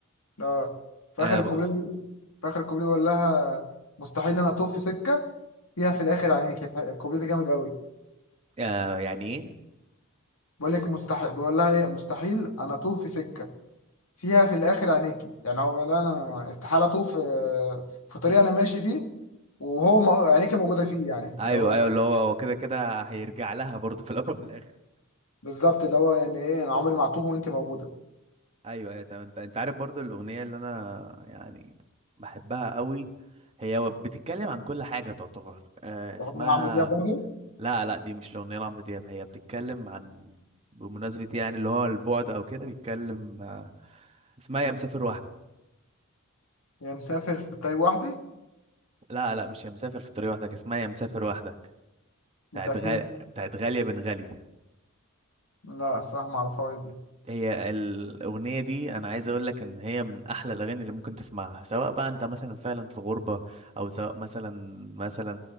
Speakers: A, on the left (about 75°); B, on the right (about 30°).
A: لا في
B: آه
A: اخر
B: ب...
A: الكوبليه في اخر الكوبليه بيقول لها مستحيل انا اطوف في سكه فيها في الاخر عينيكي الح- الكوبليه ده جامد قوي
B: آه يعني ايه
A: بقول لك مستحيل بقول لها ايه مستحيل انا اطوف في سكه فيها في الاخر عينيكي يعني هو لا انا استحاله اطوف في في طريق انا ماشي فيه وهو مو- عينيكي موجوده فيه يعني
B: ايوه
A: اللي هو
B: ايوه اللي هو هو كده كده هيرجع لها برضه في الاول وفي الاخر
A: بالظبط اللي هو يعني ايه انا عمري ما هتوه وانت موجوده
B: ايوه ايوه تمام انت أنت عارف برضه الاغنية اللي انا يعني بحبها قوي هي و- بتتكلم عن كل حاجة تعتبر آه اسمها
A: رغم ان أنا عمرو دياب برضه
B: لا لا دي مش الاغنية لعمرو دياب هي بتتكلم عن بمناسبة يعني اللي هو البعد او كده بيتكلم آه اسمها يا مسافر وحدك
A: هي مسافر في الطريق وحدي
B: لا لا مش يا مسافر في الطريق وحدك اسمها يا مسافر وحدك
A: دي
B: بتاعت
A: بتاعت
B: غال...
A: مين دي؟
B: بتاعت غالية بن غالي
A: لا الصراحه ما اعرفهاش دي
B: هي الأغنية دي أنا عايز أقول لك إن هي من أحلى الأغاني اللي ممكن تسمعها سواء بقى أنت مثلا فعلا في غربة أو سواء مثلا مثلا